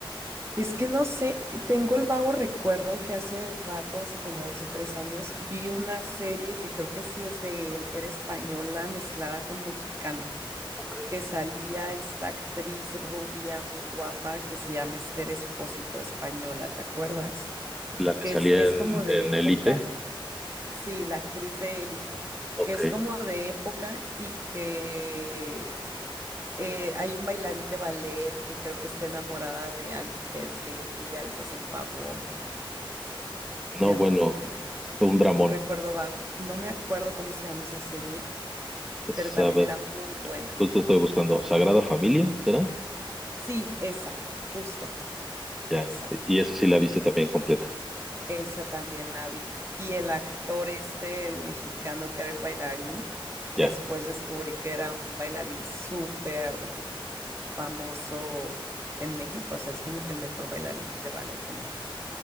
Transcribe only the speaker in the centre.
Ok.
La que
salía
en,
en
Elite.
Ok.
No,
bueno,
es todo un dramón.
Es,
a ver,
justo estoy buscando Sagrada Familia, ¿será?
Ya.
Y esa sí la viste también completa.
Ya.